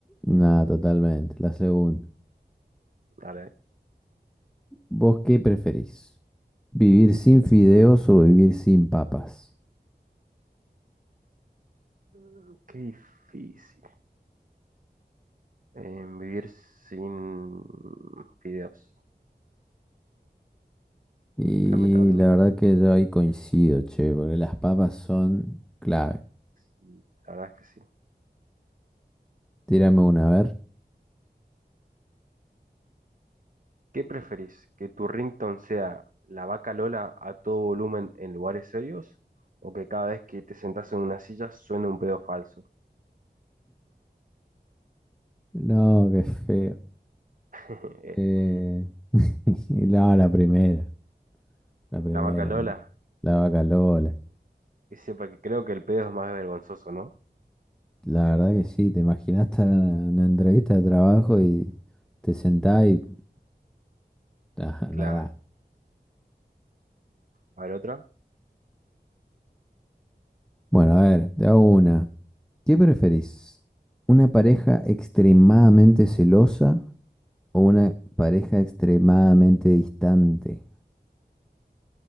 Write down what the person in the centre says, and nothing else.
Nada, totalmente. La segunda.
¿Vos qué preferís? ¿Vivir sin fideos o vivir sin papas?
Y
la verdad que yo ahí coincido, che, porque las papas son clave.
Tírame una, a ver.
No, qué feo.
Eh, <laughs> no, la primera, la primera.
La vaca Lola.
La verdad que sí, te imaginaste una, una entrevista de trabajo y te sentás y ah, no
da.
Bueno, a ver, te hago una. ¿Qué preferís? ¿Una pareja extremadamente celosa o una pareja extremadamente distante?